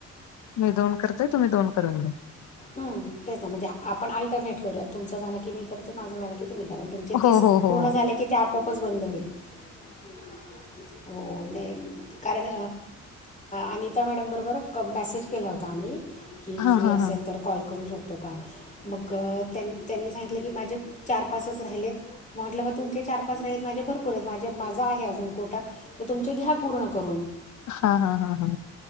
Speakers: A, on the left; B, on the left.
A: मी दोन करतेय तुम्ही दोन करून मी
B: हम तेच ना म्हणजे आपण अल्टरनेट करूया. तुमचं झालं की मी करते माझं झालं की तुम्ही कारण तुमचे तीस
A: हो हो हो
B: पुर्ण
A: हो
B: झाले की ते आपोआपच बंद होईल. हा हा हो नाही. कारण अनिता मॅडमबरोबर क मेसेज केला होता आम्ही. की
A: हा
B: फ्री
A: हा
B: असेल
A: हा
B: तर कॉल करू शकतो का? मग त्यां त्यांनी सांगितलं की माजेत चार पाचच राहिलेत. म्हंटलं मग तुमचे चार पाच राहिलेत आहेत माझे भरपूर आहेत माझे माझा आहे अजून कोटा. तर तुमचे घ्या पूर्ण करून.
A: हा हा हा हा.